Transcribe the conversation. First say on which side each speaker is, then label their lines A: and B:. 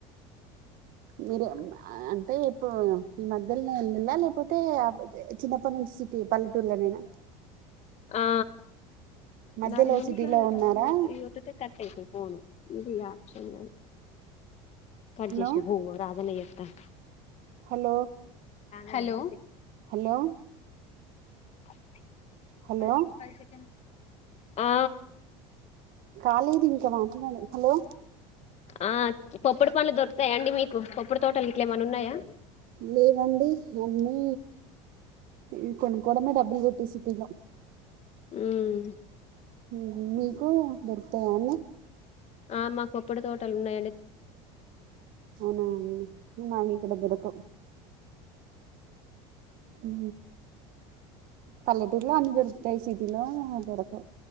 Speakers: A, on the right; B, on the left.
A: మీరు అంటే ఇప్పుడు ఈ మధ్యల్నే ఎల్లిలా లేకపోతే అబుదే చిన్నప్ ప్ప నుంచి సిటీ పల్లెటూర్లనేేనా
B: ఆ
A: మధ్యలో
B: న నూరు
A: సిటీలో
B: స
A: ఉన్నారా
B: ఇవొత్తుతే కట్టైతది ఫోను ఇది యాకిల్ కట్జేశిండు
A: హలో
B: బొంగు రాజన్న జే త
A: హలో
B: హలో
A: హలో
B: పది
A: హలో
B: నిమి పది సెకండ్లు వుంది ఆ
A: కాలేదింక మాట్లాడు హలో
B: ఆ పొప్పడు పండ్లు దొరుకుతయ అండి మీకు పొప్పడు తోటలు ఇట్లా ఏమన్న ఉన్నయా
A: లేవండి అన్నీ ఊ కొనుకొవడమే డబ్బుల్ వెట్టిసిగో
B: ఉమ్
A: <unintelligible> మీకూ దొరుకుతాయా అన్నీ
B: ఆ మా కొప్పడి తోటలు ఉన్నాయ్
A: అవునా అండి మా ఇంటి దగ్గర కొ ఊ పల్లెటూరులో అన్ని దొరుకుతాయి సిటీలోన దొరకవు